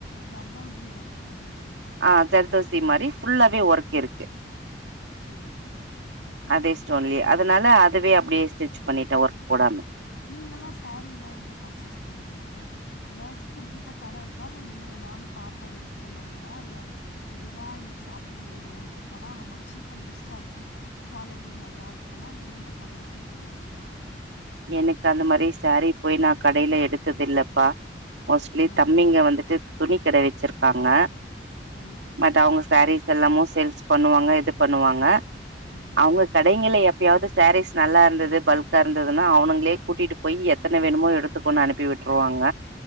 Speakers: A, on the left (about 80°); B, on the right (about 80°).
A: சர்தௌசி ஒர்க் மாரியா
B: அ சர்தௌசி மாரி ஃபுல்லாவே ஒர்க் இருக்கு
A: சரி சரி சரி
B: அதே ஸ்டோன்லயே அதனால அதுவே அப்டியே ஸ்டிச் பண்ணிட்ட ஒர்க் போடாம
A: நீங்கல்லா சாரீல்லா எங்க பர்ச்சேஸ் பண்ணுவீங்க ஏதாது குறிப்பிட்டா கடருக்கா இல்ல எங்க வேண் ணாலு பாத்தா எடுக்குற மாரியா இல்ல இதுதா எங்க ஷாப்பிங் ஏரியா இங்க போனா ரொம்ப சீப்பன் பெஸ்ட்டாருக்கு குவாலிட்டி நல்லாருக்குனா எந்த கடைய சொல்லுவீங்க நீங்க
B: எனக்கு அந்த மாரி சேரி‌ போய் நா கடைல எடுத்ததில்லப்பா மோஸ்ட்லி
A: ஆ
B: தம்பிங்க வந்துட்டு துணி கட வெச்சிருக்காங்க
A: ஆ
B: பட் அவுங்க சேரிஸ் எல்லாமு சேல்ஸ் பண்ணுவாங்க இது பண்ணுவாங்க
A: ம்
B: அவுங்க கடைங்கல்ல எப்பயாவது சேரிஸ் நல்லாருந்தது பல்காருந் தா அவுனங்களே கூட்டிட்டு போய் எத்தன வேணுமோ எடுத்துக்கோணு அனுப்பி விட்ருவாங்க